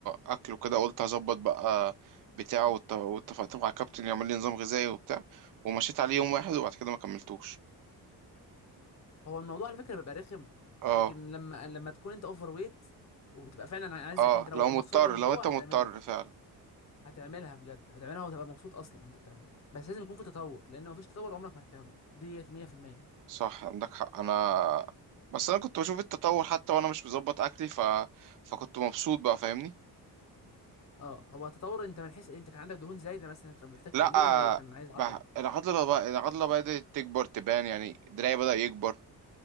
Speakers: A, on the right (about 55°); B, on the left (about 45°).
A: اكل وكده قلت هظبط بقى بتاعه وات- واتفقت مع كابتن يعمل لي نظام غذائي وبتاع ومشيت عليه
B: مم.
A: يوم واحد وبعد كده ما كملتوش
B: هو الموضوع على فكره بيبقى رخم
A: اه
B: لكن لما لما تكون انت اوفر ويت وبتبقى فعلا عايزك
A: اه
B: انت لو
A: لو مضطر
B: مصر من
A: لو
B: جوه
A: انت
B: هتعملها
A: مضطر فعلا
B: هتعملها بجد هتعملها وتبقى مبسوط اصلا وانت بتعملها بس لازم يكون في تطور لان لو مفيش تطور عمرك ما هتكمل ديت 100%
A: صح عندك حق انا بس انا كنت بشوف التطور حتى وانا مش مظبط اكلي ف... فكنت مبسوط بقى فاهمني
B: اه هو تطور انت من حيث انت كان عندك دهون زايده مثلا فمحتاج تقللها
A: لا
B: ولا كان عايز عضل
A: بقى العضله بقى العضله بدات تكبر تبان يعني دراعي بدأ يكبر